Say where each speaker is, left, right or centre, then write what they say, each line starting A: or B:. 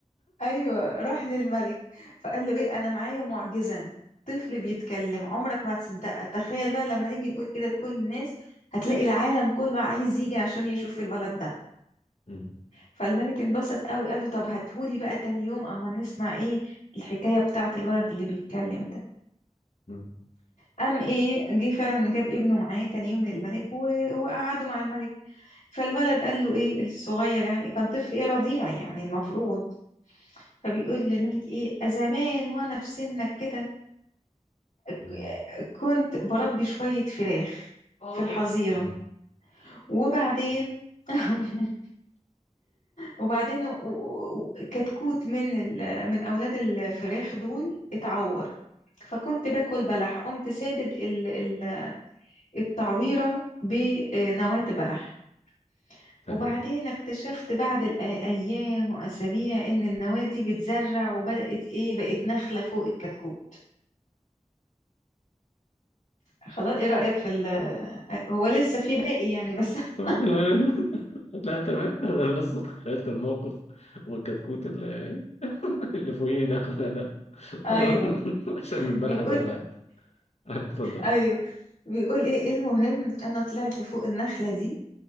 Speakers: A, on the left (about 80°); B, on the left (about 60°).
A: ايوه راح للملك فقال له ايه انا معايا معجزة طفل بيتكلم عمرك ما هتصدقها تخيل بقى لما نيجي نقول كده لكل الناس هتلاقي العالم كله عايز يجي عشان يشوف الولد ده
B: أمم.
A: فالملك انبسط قوي قال له طب هاتهولي بقى تاني يوم اما نسمع ايه الحكاية بتاعت الولد اللي بيتكلم ده
B: أمم.
A: قام ايه جه فعلا جاب ابنه معاه تاني يوم للملك و- وقعدوا مع الملك فالولد قال له ايه الصغير يعني كان طفل ايه رضيع يعني المفروض فبيقول للملك ايه زمان وانا في سنك كده ك-
B: أمم.
A: كنت بربي شوية فراخ
B: حاضر
A: في الحظيرة
B: أمم.
A: وبعدين <laughs> وبعدين و- و- كتكوت من ال... من اولاد الفراخ دول اتعور فكنت باكل بلح قمت سادد ال... ال... التعويره بنواه بلح
B: تمام
A: وبعدين اكتشفت بعد الايام واسابيع ان النواه دي بتزرع وبدات ايه بقت نخله فوق الكتكوت خلاص ايه رايك في ال... هو لسه في باقي يعني بس <laughs>
B: <laughs> لا تمام انا بس تخيلت الموقف والكتكوت اللي <laughs> اللي فوقينا احنا ده
A: ايوه
B: <laughs> عشان البارحة
A: بيقول
B: زرعت <laughs> اتفضل
A: ايوه بيقول ايه إيه المهم انا طلعت فوق النخله دي